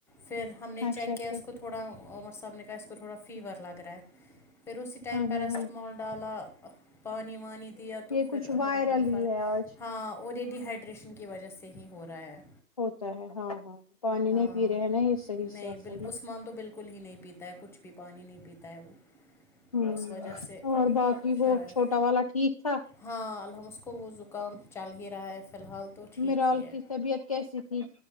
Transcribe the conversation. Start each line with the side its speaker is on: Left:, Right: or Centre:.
Centre: پھر ہم نے چیک
Left: اچھا اچھا
Centre: کیا اس کو تھوڑا عمر صاحب نے کہا اس کو تھوڑا فیور لگ رہا ہے پھر اسی ٹائم
Left: ہاں
Centre: پیرسٹمال
Left: ہاں ہاں
Centre: ڈالا پانی وانی دیا تو
Left: یہ
Centre: پھر
Left: کچھ
Centre: الحمد
Left: وائرل
Centre: للہفر
Left: ہی ہے آج
Centre: ہاں اور یہ ڈیہائیڈریشن کی وجہ سے ہی ہو رہا ہے
Left: ہوتا ہے ہاں ہاں پانی
Centre: ہاں
Left: نہیں پی رہے ہیں نا یہ صحیح
Centre: نہیں
Left: سے ایسا
Centre: بالکل
Left: ہی
Centre: عثمان تو بالکل ہی نہیں پیتا ہے کچھ بھی پانی نہیں پیتا ہے وہ
Left: ہ
Centre: اس وجہ سے
Left: اور باقی وہ
Centre: شاید
Left: چھوٹا والا ٹھیک تھا
Centre: ہاں الحمس کو وہ زکام چل ہی رہا ہے فی الحال تو ٹھیک
Left: مرال
Centre: ہی ہے
Left: کی طبیعت کیسی تھی